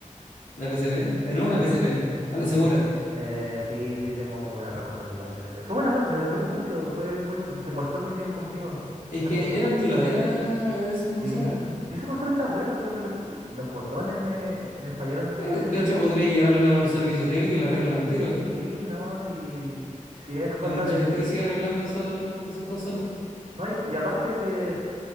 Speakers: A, on the left; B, on the right.
A: ¿La PSP? De nuevo una
B: sí
A: PSP, a la segura.
B: Eh, sí, sí, tengo muy buenos recuerdos con la PSP. Fue una buena, me duró mucho, fue muy buen- se portó muy bien conmigo
A: Es
B: esa
A: que
B: consola.
A: eran duraderas esas consolas.
B: Sí. Sí, esa consola está buena, solo que los, los botones me, me fallaron en su
A: Eh,
B: momento
A: De hecho,
B: y
A: podría llevarla a un servicio técnico y la arreglan al tiro.
B: sí, no, sí, sí es cosa
A: Hay mucha
B: de...
A: gente que sigue arreglando esas, esas consolas.
B: No, y, y aparte que